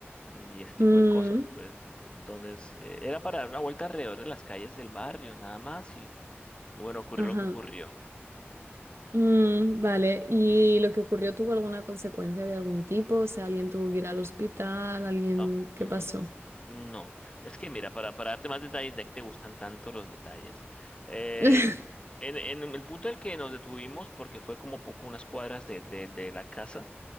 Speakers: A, on the left (about 25°); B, on the right (about 70°).
A: y ese tipo
B: Mm,
A: de cosas, pues. Entonces, eh, era para dar una vuelta alrededor de las calles del barrio, nada más, y bueno, ocurrió
B: ajá.
A: lo que ocurrió.
B: Mm, vale, ¿y lo que ocurrió tuvo alguna consecuencia de algún tipo? O sea, alguien tuvo que ir al hospital,
A: Y,
B: alguien,
A: ah, mm,
B: ¿qué pasó?
A: no, es que mira, para, para darte más detalles, de que te gustan tanto los detalles, eh,
B: <laughs>
A: en, en el punto en el que nos detuvimos, porque fue como poco unas cuadras de, de, de la casa,